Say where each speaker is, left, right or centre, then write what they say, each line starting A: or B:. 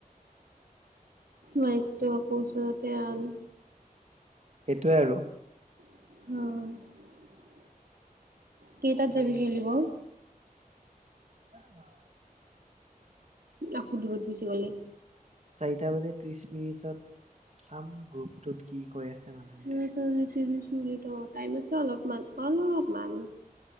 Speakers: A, on the right; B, on the right.
A: মাইকটো আকৌ ওচৰতে আন
B: সেইটোৱে আৰু।
A: অ', কেইটাত
B: এনে
A: যাবি খেলিব। <unintelligible>
B: যাম আৰু।
A: আকৌ দূৰত গুচি গলি।
B: টা বজাৰ ত্ৰিশ মিনিটত চাম গ্ৰুপটোত কি কৈ আছে। মানুহকেইটাই
A: তেন্তে তোমাৰ টাইম আছে অলপমান-অলপমান।